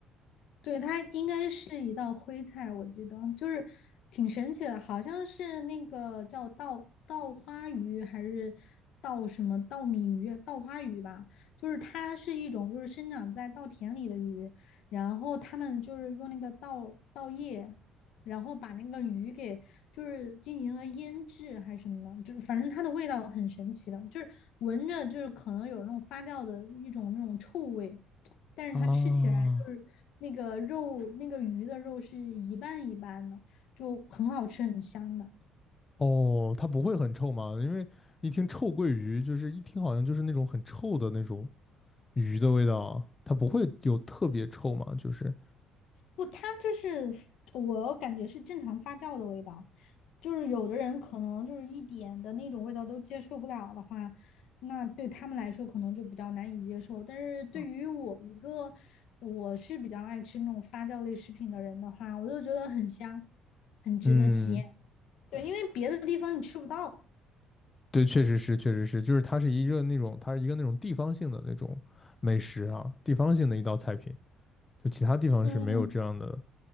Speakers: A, on the left (about 70°); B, on the left (about 20°).
A: 对，它应该是一道徽菜，我记得就是挺神奇的，好像是那个叫稻稻花鱼还是稻什么稻米鱼、稻花鱼吧，就是它是一种就是生长在稻田里的鱼，然后他们就是用那个稻稻叶，然后把那个鱼给就是进行了腌制还是什么的，就是反正它的味道很神奇的，就是闻着就是可能有那种发酵的一种那种臭味。但是它吃起来就是那个肉，
B: 啊。
A: 那个鱼的肉是一半一半的，就很好吃，很香的。
B: 哦，它不会很臭吗？因为一听臭鳜鱼，就是一听好像就是那种很臭的那种鱼的味道，它不会有特别臭嘛？就是
A: 不，它就是我感觉是正常发酵的味道，就是有的人可能就是一点的那种味道都接受不了的话，那对他们来说可能就比较难以接受。但是对于我一个我是比较爱吃那种发酵类食品的人的话，
B: 啊，
A: 我就觉得很香，很值得体验。
B: 嗯，
A: 对，因为别的地方你吃不到。
B: 对，确实是，确实是，就是它是一个那种，它是一个那种地方性的那种美食啊，地方性的一道菜品，就其他地方是没有这样的。
A: 嗯，